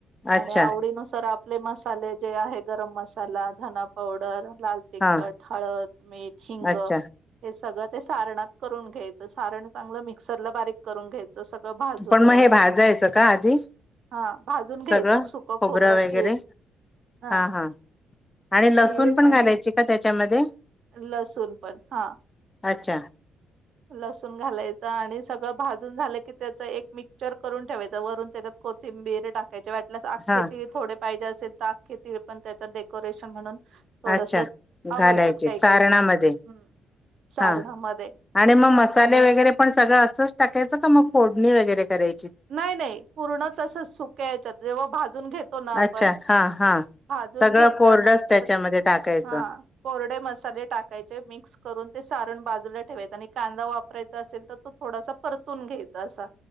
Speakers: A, on the left; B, on the right.
A: अच्छा
B: आणि आवडी नुसार आपले मसाले जे आहे गरम मसाला, धना पावडर, लाल तिखट,
A: हां
B: हळद, मीठ, हिंग.
A: अच्छा
B: सगळ ते सारणात करून घ्यायचं सारण चांगलं मिक्सर ला बारीक करून घ्यायच. सगळं भाजून
A: पण
B: व्यवस्थित
A: मग हे भाजायचं का आधी
B: हा भाजून घ्यायचं
A: सगळं
B: सुक खोबरं
A: वगैरे
B: तीळ हा
A: हां हां आणि लसूण
B: तीळ
A: पण
B: आणि
A: घालायची का त्याच्यामध्ये
B: लसूण पण हा
A: अच्छा
B: लसूण घालायचं आणि सगळं भाजून झालं की त्याच एक मिक्सचर करून ठेवायचं वरून त्याच्यात कोथिंबीर टाक च्या वाटल्यास आखे
A: हां
B: तीळ थोडे पाहिजे असेल त अक्के तीळ पण त्याच्या डेकोरेशन म्हणून थोडस
A: अच्छा घालायचे
B: आवडतात काही
A: सारणामध्ये
B: काहीना हम् सारणामध्ये
A: हां मग मसाले
B: आणि
A: वैगेरे पण सगळं असंच टाकायचं काय. फोडणी वगरे कराय
B: नाही नाही पूर्ण तस सुक्याच्यात जेव्हा भाजून घेतो ना आपण
A: अच्छा हा हा
B: भाजून
A: सगळं
B: घेतल्यानंतर
A: कोरडंच त्याच्यामध्ये टाकायचं
B: हा कोरडे मसाले टाकायचे मिक्स करून ते सारण बाजूला ठेवायचा आणि कांदा वापरायचा असेल तर तो थोडासा परतून घ्यायचा असा.